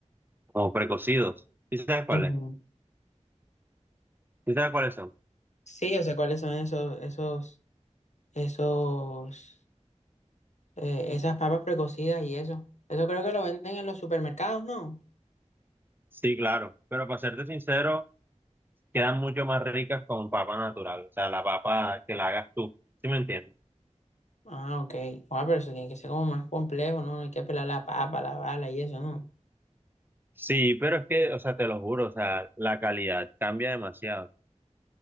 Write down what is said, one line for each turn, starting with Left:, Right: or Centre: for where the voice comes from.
Right: como precocidos. ¿Sí sabes cuáles?
Left: Ujú.
Right: ¿Sí sabes cuáles son?
Left: Sí, yo sé cuáles son esos, esos esos, eh, esas papas precocidas y eso. Eso creo que lo venden en los supermercados, ¿no?
Right: Sí, claro. Pero para serte sincero, quedan mucho más ricas con papa natural. O sea, la papa que la hagas tú. ¿Sí me entiendes?
Left: Ah, ok. Ah, pero eso tiene que ser como más complejo, ¿no? Hay que pelar la papa, la bala y eso, ¿no?
Right: Sí, pero es que, o sea, te lo juro, o sea, la calidad cambia demasiado.